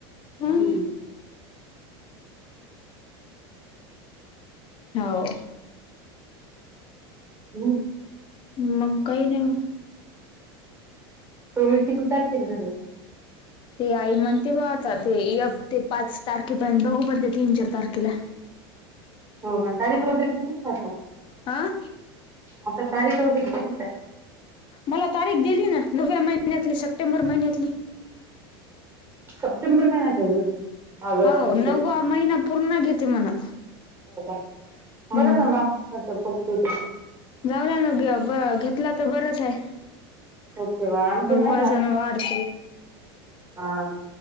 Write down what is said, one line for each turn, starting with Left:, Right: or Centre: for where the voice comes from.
Left: हो
Right: ो
Left: ना हो
Right: हम्
Left: मग काही नाही.
Right: तोळीशी तू सारते नाची.
Left: ते आई म्हणते ब आता ते ते पाच तारखे! कि पहि बघू मण त्या तीन चार तारखेला.
Right: हो कारी प्रता.
Left: आह
Right: आता तारीख व का?
Left: मला तारीख दिली ना नोव्हे महिन्यातली सप्टेंबर महिन्यातली.
Right: सप्टेंबर महिनत! आगस्
Left: हो
Right: सप्टेबर
Left: नववा महिना पूर्ण घेते म्हणा हम्म
Right: बरं ना बा. पोक्ते त
Left: जाऊला न घेतला तर बरच आहे.
Right: पोगते बाळ आमचे नाही
Left: वजन
Right: का
Left: वाढत.
Right: अ